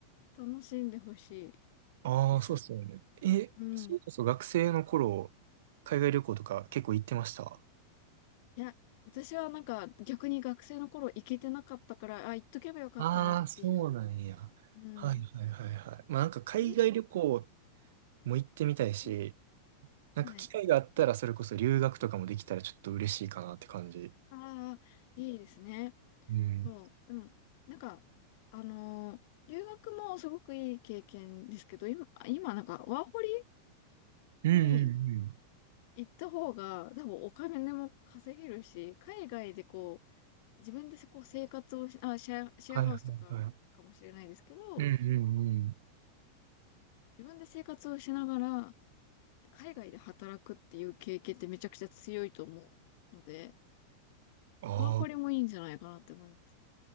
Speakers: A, on the left; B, on the right.
A: 楽しんでほしい
B: ああ、
A: です。
B: そうっすよね。え、
A: うん。
B: それこそ学生の頃、海外旅行とか結構行ってました
A: いや、私はなんか逆に学生の頃行けてなかったから、あ、行っとけばよかったなっていう。
B: ああ、そうなんや。
A: うん。
B: はいはいはいはい。まあなんか海外旅行
A: え、
B: も行ってみたいし、
A: うん。
B: なんか機会があったらそれこそ留学とかもできたらちょっと嬉しいかなって感じ。
A: はい。ああ、いいですね。
B: うん。
A: そう。うん。なんか、あのー留学もすごくいい経験ですけど、今、あ今なんかワーホリ
B: うんうんうん。
A: に行った方が多分お金も稼げるし、海外でこう、自分でこう生活をし、あ、シェア、シェアハウスとかかもしれないですけど、
B: はいはいはい。うんうんうん。
A: 自分で生活をしながら、海外で働くっていう経験ってめちゃくちゃ強いと思うので、
B: ああ、
A: ワーホリもいいんじゃないかなって思います。